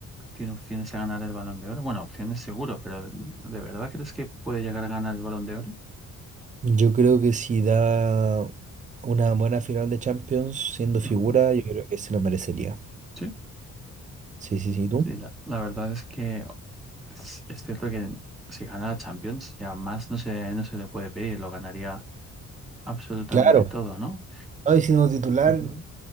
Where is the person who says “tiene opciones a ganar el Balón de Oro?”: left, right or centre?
Centre